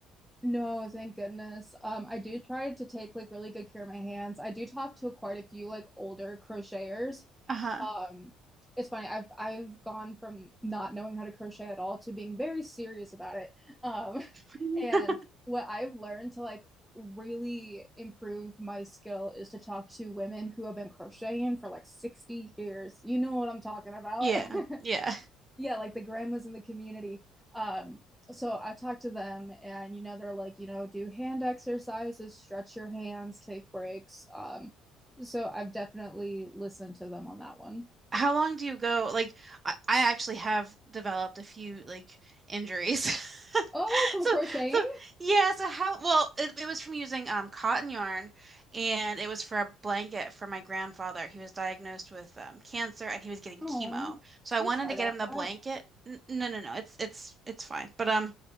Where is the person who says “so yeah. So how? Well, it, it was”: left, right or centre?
Right